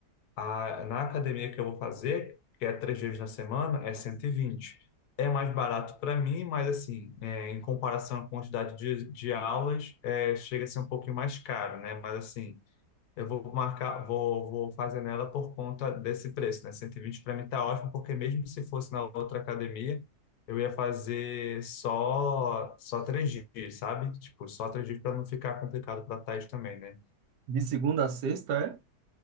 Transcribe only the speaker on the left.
A, na academia que eu vou fazer, que é três vezes na semana, é cento e vinte É mais barato para mim, mas assim, é, em comparação à quantidade de, de aulas, é, chega a ser um pouquinho mais caro, né? Mas assim, eu vou marcar, vou, vou fazer nela por conta desse preço, né? cento e vinte para mim tá ótimo, porque mesmo se fosse na outra academia, eu ia fazer só só três dias, sabe? Tipo, só três dias para não ficar complicado para a Thaís também, né?